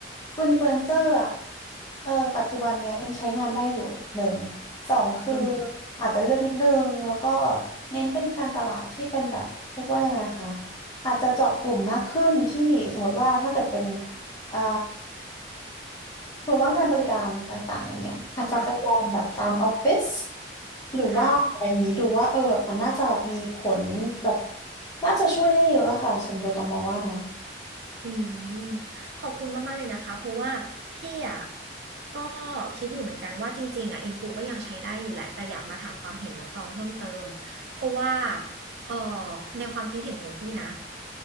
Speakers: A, on the left (about 20°); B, on the right (about 60°).
A: อินฟลูเอนเซอร์อ่ะเออปัจจุบันเนี้ยยังใช้งานได้อยู่หนึ่งสองคือ
B: อืม
A: อาจจะเลือกนิดนึงแล้วก็เน้นเป็นการตลาดที่เป็นแบบเรียกว่ายังไงคะอาจจะเจาะกลุ่มมากขึ้นที่สมมติว่าถ้าเกิดเป็น เอ่อส่วนว่างานบริการต่างๆอย่างเงี้ยอาจจะไปลองแบบตามออฟฟิศ
B: ค่ะ
A: หรือว่าอะไรอย่างงี้ดูว่าเออแบบมันน่าจะแบบมีผลแบบ
B: ค่ะ
A: น่าจะช่วยได้เยอะอะค่ะส่วนตัวต้องมองว่านะ
B: อืมขอบคุณมากๆเลยนะคะเพราะว่าพี่อ่ะก็คิดอยู่เหมือนกันว่าจริงๆอ่ะอินฟูก็ยังใช้ได้อยู่แหละแต่อยากมาถามความเห็นน้องตองเพิ่มเติมเพราะว่าเอ่อในความคิดเห็นของพี่นะ